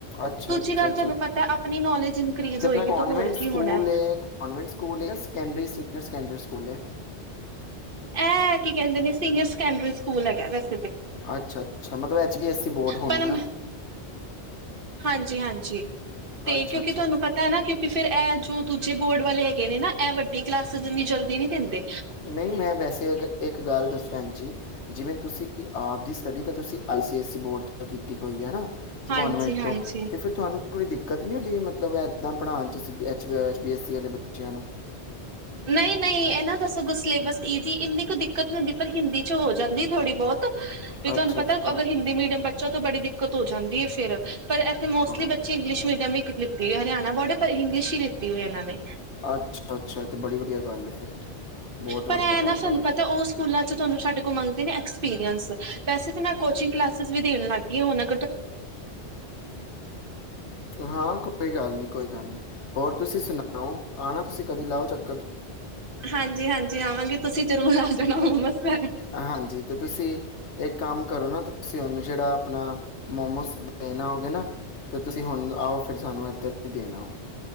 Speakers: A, on the left; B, on the right.
A: ਅੱਛਾ
B: ਦੂਜੀ
A: ਅੱਛਾ
B: ਗੱਲ
A: ਅੱਛਾ
B: ਤੁਹਾਨੂੰ ਪਤਾ ਆਪਣੀ ਨੋਲੇਜ ਇਨਕ੍ਰੀਜ਼
A: ਤੇ ਆਪਣਾ
B: ਹੋਏਗੀ
A: ਕਨਵੈਂਟ
B: ਹੋਰ
A: ਸਕੂਲ
B: ਕੀ ਹੋਣਾ।
A: ਹੈ ਕਨਵੈਂਟ ਸਕੂਲ ਹੈ ਜਾਂ ਸੈਕੰਡਰੀ ਸੀਨੀਅਰ ਸੈਕੰਡਰੀ ਸਕੂਲ ਏ।
B: ਇਹ ਕੀ ਕਹਿੰਦੇ ਨੇ ਸੀਨੀਅਰ ਸੈਕੰਡਰੀ ਸਕ ਸਕੂਲ ਹੈਗਾ ਬਸ।
A: ਅੱਛਾ -ਅੱਛਾ ਮਤਲਬ ਐਚ ਬੀ ਐਸਸੀ ਬੋਰਡ ਹੋਣੀ
B: ਪਰ
A: ਆ।
B: ਹਾਂਜੀ, ਹਾਂਜੀ। ਤੇ
A: ਅੱਛਾ
B: ਕਿਉਂਕਿ
A: ਅੱਛਾ
B: ਤੁਹਾਨੂੰ ਪਤਾ ਏ ਨਾ ਕਿਉਂਕਿ ਫੇਰ ਇਹ ਜੋ ਦੂਜੇ ਬੋਰਡ ਵਾਲੇ ਹੈਗੇ ਨੇ ਨਾ ਇਹ ਵੱਡੀ ਕਲਾਸਿਸ ਇੰਨੀ ਜਲਦੀ ਨੀ ਦੇਂਦੇ।
A: ਨਹੀਂ ਮੈਂ ਵੈਸੇ ਅਗ ਇੱਕ ਗੱਲ ਦੱਸ ਪੈਨਜੀ। ਜਿਵੇਂ ਤੁਸੀਂ ਈ ਆਪ ਦੀ ਸਟੱਡੀ ਤਾਂ ਤੁਸੀਂ ਆਈ ਸੀ ਐਸ ਈ ਬੋਰਡ ਤੋ ਕੀਤੀ ਹੋਈ ਏ ਨਾਂ।
B: ਹਾਂਜੀ
A: ਕੌਨਮੈਂਟ
B: ਹਾਂਜੀ
A: ਤੋਂ ਤੇ ਫੇਰ ਤੁਹਾਨੂੰ। ਥੋੜ੍ਹੀ ਦਿੱਕਤ ਨੀ ਹੁੰਦੀ, ਮਤਲਬ ਏਦਾਂ ਪੜ੍ਹਾਨ ਚ ਸੀ ਐਚ ਬੀ ਅ ਐੱਸ ਸੀ ਵਾਲੇ ਬੱਚਿਆਂ ਨੂੰ।
B: ਨਹੀਂ, ਨਹੀਂ। ਨਾ ਦਸ ਅਗੋਂ ਸਿਲੇਬਸ ਈਜੀ ਇੰਨੀ ਕੁ ਦਿੱਕਤ ਨੀ ਹੁੰਦੀ ਪਰ ਹਿੰਦੀ ਚ ਹੋ ਜਾਂਦੀ ਏ ਥੋੜ੍ਹੀ ਬੋਤ। ਵੀ ਤੁਹਾਨੂੰ
A: ਅੱਛਾ,
B: ਪਤਾ
A: ਅੱਛਾ।
B: ਅਗਰ ਹਿੰਦੀ ਮੀਡੀਅਮ ਬੱਚਾ ਤੋਂ ਬੜੀ ਦਿੱਕਤ ਹੋ ਜਾਂਦੀ ਏ ਫੇਰ ਪਰ ਇਥੇ ਮੋਸਟਲੀ
A: ਹਾਂ।
B: ਬੱਚੇ ਇੰਗਲਿਸ਼ ਮੀਡੀਅਮ ਹੀ ਲਿੱਤੀ ਏ। ਹਰਿਆਣਾ ਬੋਰਡ ਏ ਪਰ ਇੰਗਲਿਸ਼ ਈ ਲਿੱਤੀ ਹੋਈ ਇਹਨਾਂ ਨੇ।
A: ਅੱਛਾ ਅੱਛਾ ਤੇ ਬੜੀ ਵਧੀਆ ਗੱਲ ਹੈ ਫਿਰ ਬਹੁਤ ਵਧੀਆ
B: ਪਰ ਇਹ
A: ਗੱਲ
B: ਨਾ ਸਾਨੂੰ
A: ਹੈ
B: ਪਤਾ ਉਹ ਸਕੂਲਾਂ ਚ ਤੁਹਾਨੂੰ ਸਾਡੇ ਕੋਲ ਮੰਗਦੇ ਨੇ ਐਕ੍ਸ ਪੀਰੀਐਂਸ ਵੈਸੇ ਤੇ ਮੈਂ ਕੋਚਿੰਗ ਕਲਾਸਿਸ ਵੀ ਦੇਨ ਲੱਗ ਗਈ ਆਂ ਹੁਨ।
A: ਹਾਂ, ਕੋਈ ਗੱਲ ਨੀ ਕੋਈ ਗੱਲ ਨੀ। ਹੋਰ ਤੁਸੀਂ ਸੁਨਾਓ। ਆਣਾ ਤੁਸੀਂ ਕਦੀ ਲਉ ਚੱਕ।
B: ਹਾਂਜੀ, ਹਾਂਜੀ ਆਵਾਂਗੇ ਤੁਸੀਂ ਜ਼ਰੂਰ ਆ ਜਾਨਾ ਹੁਨ ਬਸ ਮੈਂ।
A: ਹਾਂਜੀ ਤੇ ਤੁਸੀਂ ਇੱਕ ਕੰਮ ਕਰੋ ਨਾ ਤੁਸੀਂ ਉਹਨੂੰ ਜਿਹੜਾ ਆਪਨਾ। ਮੋਮੋਸ ਦੇਨ ਆਉਗੇ ਨਾ, ਤੇ ਤੁਸੀਂ ਹੁਨ ਆਓ ਫੇਰ ਸਾਨੂੰ ਇੱਥਰ ਵੀ ਦੇਨ ਆੳ।